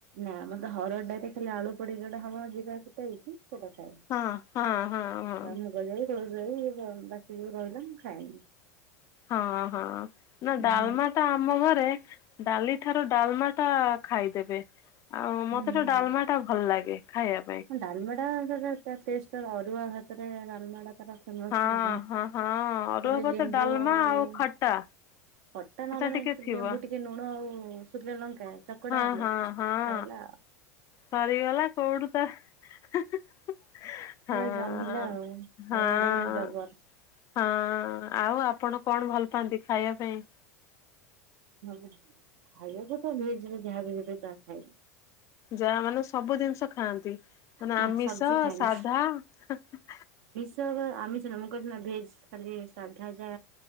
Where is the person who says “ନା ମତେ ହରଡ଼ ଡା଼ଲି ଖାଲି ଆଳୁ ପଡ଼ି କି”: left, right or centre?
Right